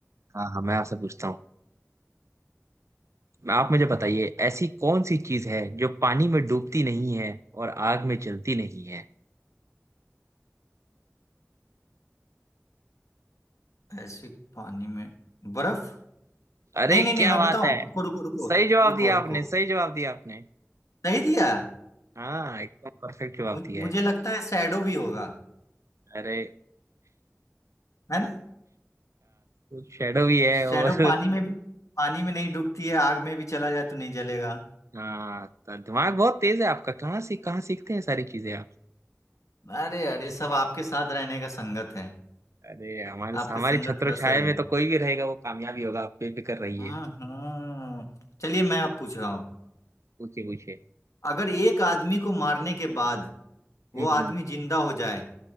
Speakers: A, on the right; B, on the left.
A: हाँ हाँ मैं आपसे पूछता हूँ मैं- आप मुझे बताइए ऐसी कौन सी चीज है जो पानी में डूबती नहीं है और आग में जलती नहीं है
B: ऐसे पानी में बर्फ
A: अरे
B: नहीं नहीं नहीं
A: क्या
B: मैं
A: बात
B: बताऊं
A: है
B: रुको रुको रुको
A: सही जवाब
B: रुको
A: दिया
B: रुको
A: आपने सही जवाब दिया आपने
B: सही दिया
A: हाँ एकदम परफेक्ट जवाब
B: मु,
A: दिया
B: मुझे
A: है
B: लगता है शैडो भी होगा
A: अरे
B: है ना
A: शेडो भी है
B: शैडो
A: और
B: पानी
A: <laughs>
B: में भी पानी में नहीं डूबती है आग में भी चला जाए तो नहीं जलेगा
A: हाँ तो दिमाग बहुत तेज है आपका कहाँ से कहाँ सीखते हैं सारी चीजें आप
B: अरे अरे सब आपके साथ रहने का संगत है
A: अरे हमारे
B: आपके
A: हमारी
B: संगत
A: छत्र
B: का असर
A: छाया
B: है
A: में तो कोई भी रहेगा वो कामयाबी होगा आप बेफिक्र रहिए
B: हाँ हाँ। चलिए मैं अब पूछ रहा हूँ
A: पूछे पूछे
B: अगर एक आदमी को मारने के बाद वो
A: हम्म
B: आदमी
A: हम्म
B: जिंदा हो जाए